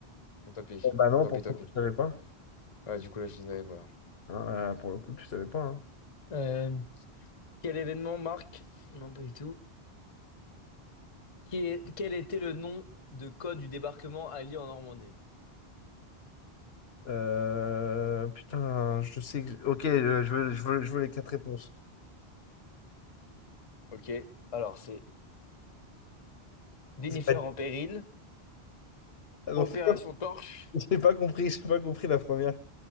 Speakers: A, on the left; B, on the left.
A: Bon, tant pis,
B: Eh bah non,
A: tant
B: pourtant
A: pis, tant pis.
B: tu savais pas.
A: Ouais, du coup, là, je les avais, voilà.
B: Hein, euh, pour le coup, tu savais pas. hein.
A: Euh, quel événement marque? Non, pas du tout. Qui est- Quel était le nom de code du débarquement allié en Normandie?
B: Euh, putain, je sais que... Ok, je, je veux, je veux- je veux les quatre réponses.
A: Ok, alors c'est Jennifer
B: C'est pas...
A: en péril,
B: Refais-le.
A: Opération Torche,
B: <laughs> J'ai pas compris, j'ai pas compris la première.